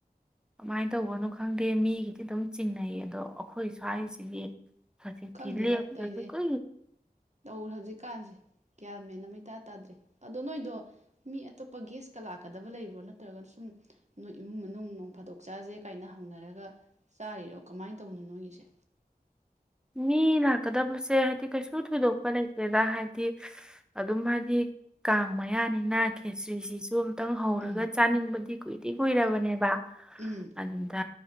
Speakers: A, in the centre; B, on the right.
A: ꯀꯃꯥꯏꯅ ꯇꯧꯕꯅꯣ ꯈꯪꯗꯦ ꯃꯤꯒꯤꯗꯤ ꯑꯗꯨꯝ ꯆꯤꯡꯅꯩ ꯑꯗꯣ ꯑꯩꯈꯣꯏ ꯁ꯭ꯋꯥꯏꯁꯤꯒꯤ ꯐ
B: ꯈꯪꯗꯦꯗ
A: ꯊꯤꯂꯤꯁ
B: ꯇꯧꯔꯤꯁꯦ
A: ꯀ
B: ꯇꯧꯔꯦ ꯍꯧꯖꯤꯛꯀꯥꯟꯁꯦ ꯒ꯭ꯌꯥꯟ ꯃꯦꯟꯅ ꯃꯩꯇꯥ ꯇꯥꯗ꯭ꯔꯤ ꯑꯗꯣ ꯅꯣꯏꯗꯣ ꯃꯤ ꯑꯇꯣꯞꯄ ꯒꯦꯁꯀ ꯂꯥꯛꯀꯗꯕ ꯂꯩꯕ꯭ꯔꯣ ꯅꯠꯇ꯭ꯔꯒꯅ ꯁꯨꯝ ꯅꯣꯏ ꯏꯃꯨꯡ ꯃꯅꯨꯡ ꯐꯥꯗꯣꯛ ꯆꯥꯥꯁꯦ ꯀꯥꯏꯅ ꯍꯧꯅꯔꯒ ꯆꯥꯔꯤꯔꯣ ꯀꯃꯥꯏꯅ ꯇꯧꯕꯅꯣ ꯅꯣꯏꯒꯤꯁꯦ
A: ꯃꯤ ꯂꯥꯛꯀꯗꯕꯁꯦ ꯍꯥꯏꯗꯤ ꯀꯩꯁꯨ ꯊꯣꯏꯗꯣꯛꯄ ꯂꯩꯇꯦꯗ ꯍꯥꯏꯗꯤ ꯍꯥꯏꯗꯤ ꯑꯗꯨꯝ ꯍꯥꯏꯗꯤ ꯀꯥꯡ ꯃꯌꯥꯅꯤꯅ ꯈꯦꯇ꯭ꯔꯤꯁꯤꯁꯨ ꯈꯤꯇꯪ ꯍꯧꯔꯒ
B: ꯎꯝ
A: ꯆꯥꯅꯤꯡꯕꯗꯤ ꯀꯨꯏꯗꯤ ꯀꯨꯏꯔꯕꯅꯦꯕ
B: ꯎꯝ
A: ꯑꯗꯨꯗ